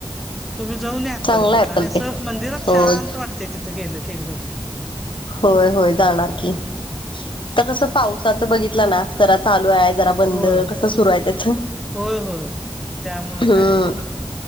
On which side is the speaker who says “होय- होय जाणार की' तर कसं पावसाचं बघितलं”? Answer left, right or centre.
Left